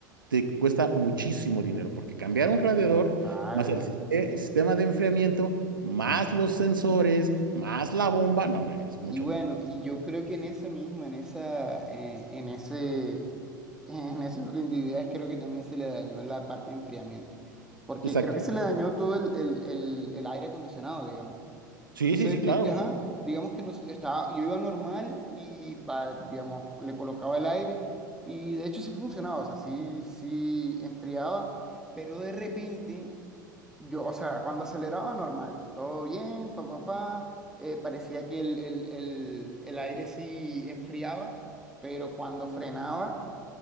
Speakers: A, on the right (about 85°); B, in the centre.
A: te cuesta muchísimo dinero, porque cambiar un radiador,
B: total.
A: más el, sis- eh, el sistema de enfriamiento, más los sensores, más la bomba, no, hombre, es mucho
B: Y bueno,
A: dinero.
B: y yo creo que en esa misma, en esa, eh, en ese, <laughs> en ese orden de ideas, creo que también se le dañó la parte de enfriamiento. Porque
A: Exacto.
B: creo que se le dañó todo el, el, el, el aire acondicionado, digamos.
A: Sí,
B: Entonces,
A: sí, sí, claro.
B: di- ajá, digamos que nos, estaba, yo iba normal y, pa- digamos, le colocaba el aire y de hecho sí funcionaba, o sea, sí, sí enfriaba, pero de repente, yo, o sea, cuando aceleraba normal, todo bien, pa, pa, pa, eh, parecía que el, el, el, el aire sí enfriaba, pero cuando frenaba,